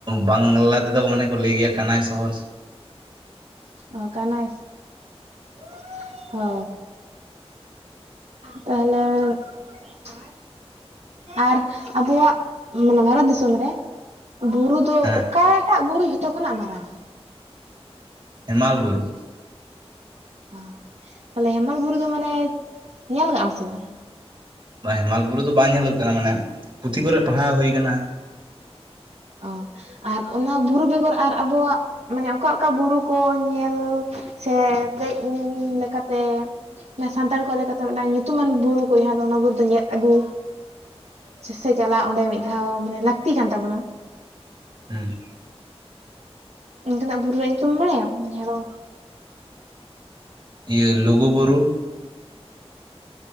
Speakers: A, on the right; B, on the right.
A: ᱵᱟᱝᱞᱟ ᱛᱮᱫᱚ ᱢᱟᱱᱮ ᱠᱚ ᱞᱮ ᱜᱮᱭᱟ ᱠᱟᱱᱟᱭ ᱥᱚᱦᱚᱨ
B: ᱚ ᱠᱟᱱᱟᱭ <unintelligible> ᱦᱚ ᱛᱟᱦᱟᱞᱮ <inaudible> ᱟᱨ ᱟᱵᱚᱣᱟᱜ ᱢᱟᱱᱮ ᱵᱷᱟᱨᱚᱛ ᱫᱤᱥᱚᱢ ᱨᱮ ᱵᱩᱨᱩ ᱫᱚ
A: ᱦᱮᱸ
B: ᱚᱠᱟᱴᱟᱜ ᱵᱩᱨᱩ ᱡᱷᱚᱛᱚ ᱠᱷᱚᱱᱟᱜ ᱢᱟᱨᱟᱝᱟ?
A: ᱦᱮᱢᱟᱞ-ᱵᱩᱨᱩ᱾
B: ᱚ ᱛᱟᱦᱞᱮ ᱦᱮᱢᱟᱞ ᱵᱩᱨᱩ ᱫᱚ ᱢᱟᱱᱮ ᱧᱮᱞ ᱠᱟᱜ ᱟᱢ ᱥᱮ ᱵᱟᱝ?
A: ᱵᱟ ᱦᱮᱢᱟᱞ ᱵᱩᱨᱩ ᱨᱮ ᱫᱚ ᱵᱟᱝ ᱧᱮᱞᱚᱜ ᱠᱟᱱᱟ ᱢᱟᱱᱮ ᱯᱩᱛᱷᱤ ᱠᱚᱨᱮ ᱯᱟᱲᱦᱟᱣ ᱦᱩᱭ ᱠᱟᱱᱟ᱾
B: ᱚ ᱟᱨ ᱚᱱᱟ ᱵᱩᱨᱩ ᱵᱮᱜᱚᱨ ᱟᱨ ᱟᱵᱚᱣᱟᱜ ᱢᱟᱱᱮ ᱚᱠᱟ ᱚᱠᱟ ᱵᱩᱨᱩ ᱠᱚ ᱧᱮᱞ ᱥᱮ ᱫᱮᱜ ᱤᱧ ᱞᱮᱠᱟᱛᱮ ᱢᱟᱱᱮ ᱥᱟᱱᱛᱟᱲ ᱠᱚ ᱞᱮᱠᱟᱛᱮ ᱢᱤᱫᱴᱟᱝ ᱧᱩᱛᱩᱢᱟᱱ ᱵᱩᱨᱩ ᱠᱚ ᱡᱟᱦᱟᱸ ᱫᱚ ᱚᱱᱟ ᱵᱩᱨᱩ ᱫᱚ ᱧᱮᱞ ᱟᱹᱜᱩ ᱥᱮ ᱪᱮᱜ ᱪᱟᱞᱟᱜ ᱚᱸᱰᱮ ᱢᱤᱫ ᱫᱷᱟᱣ ᱢᱟᱱᱮ ᱞᱟᱹᱠᱛᱤ ᱠᱟᱱ ᱛᱟᱵᱚᱱᱟ᱾
A: ᱦᱩᱸ
B: ᱚᱱᱠᱟᱱᱟᱜ ᱵᱩᱨᱩ ᱨᱮᱭᱟᱜ ᱧᱩᱛᱩᱢ ᱮᱢ ᱵᱟᱲᱟᱭᱟ ᱡᱟᱦᱟᱫᱚ
A: ᱤᱭᱟᱹ ᱞᱳᱜᱩᱵᱩᱨᱩ